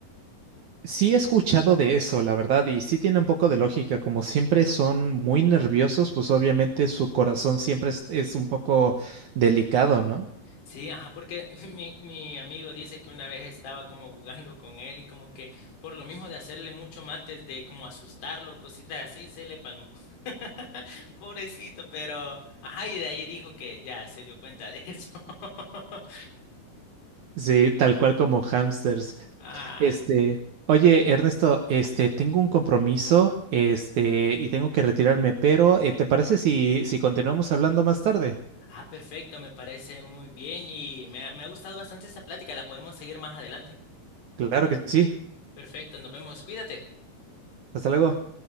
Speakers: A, on the right (about 70°); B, on the left (about 80°).
A: Sí he escuchado de eso, la verdad, y sí tiene un poco de lógica. Como siempre son muy nerviosos, pues obviamente su corazón siempre es, es un poco delicado, ¿no?
B: Sí, ajá, porque <laughs> mi, mi amigo dice que una vez estaba como jugando con él y como que por lo mismo de hacerle mucho mates, de como asustarlo, cositas así, se le palmó. <laughs> Pobrecito, pero ajá, y de ahí dijo que ya se dio cuenta de eso. <laughs>
A: Sí, tal cual como hamsters.
B: Ah,
A: Este, oye, Ernesto, este, tengo un compromiso, este, y tengo que retirarme, pero eh, ¿te parece si, si continuamos hablando más tarde?
B: ah, perfecto, me parece muy bien y me ha, me ha gustado bastante esta plática, la podemos seguir más adelante.
A: Claro que sí.
B: Perfecto, nos vemos, cuídate.
A: Hasta luego.